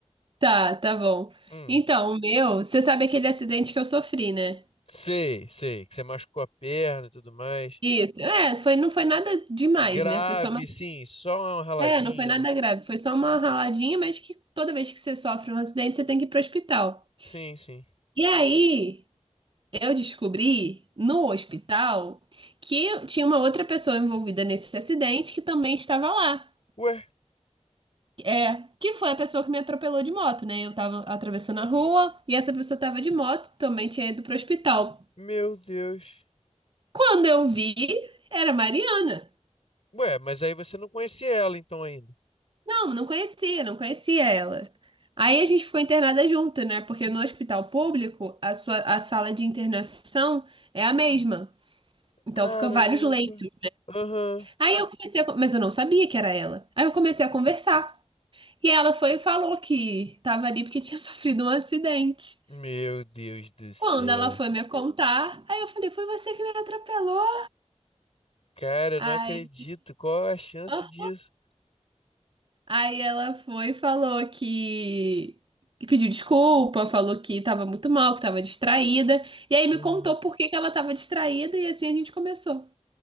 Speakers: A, on the right; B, on the left.
A: Tá, tá bom.
B: Hum,
A: Então, o meu, você sabe aquele acidente que eu sofri, né?
B: sei, sei, que você machucou a perna e tudo mais.
A: Isso. É, foi, não foi nada demais,
B: Grave,
A: né? Foi só uma.
B: sim, só um raladinho,
A: É, não foi nada
B: né?
A: grave. Foi só uma raladinha, mas que toda vez que você sofre um acidente, você tem que ir pro hospital.
B: Sim, sim.
A: E aí, Eu descobri no hospital que tinha uma outra pessoa envolvida nesse acidente que também estava lá.
B: Ué?
A: É, que foi a pessoa que me atropelou de moto, né? Eu tava atravessando a rua e essa pessoa tava de moto, também tinha ido pro hospital.
B: Meu Deus.
A: Quando eu vi, era a Mariana.
B: Ué, mas aí você não conhecia ela então ainda.
A: Não, não conhecia, não conhecia ela. Aí a gente ficou internada junto, né? Porque no hospital público, a sua, a sala de internação é a mesma. Então
B: Caramba.
A: fica vários leitos.
B: Aham.
A: Aí eu comecei a, con- mas eu não sabia que era ela. Aí eu comecei a conversar. E ela foi e falou que tava ali porque tinha <laughs> sofrido um acidente.
B: Meu Deus do céu.
A: Quando ela foi me contar, aí eu falei, foi você que me atropelou.
B: Cara, eu
A: Aí,
B: não acredito. Qual a chance
A: Ah.
B: disso?
A: aí ela foi e falou que que pediu desculpa, falou que tava muito mal, que tava distraída. E aí me
B: Aham.
A: contou por que que ela tava distraída e assim a gente começou.